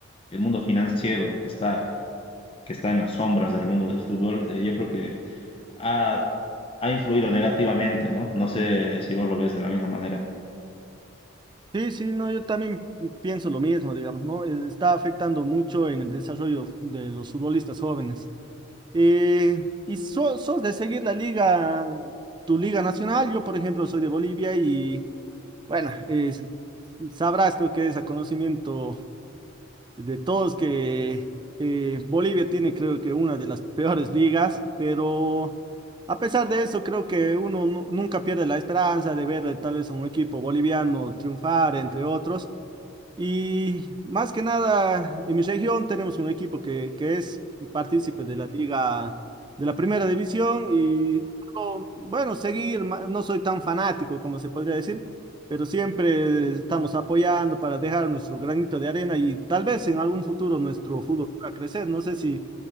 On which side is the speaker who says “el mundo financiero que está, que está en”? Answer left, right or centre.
Left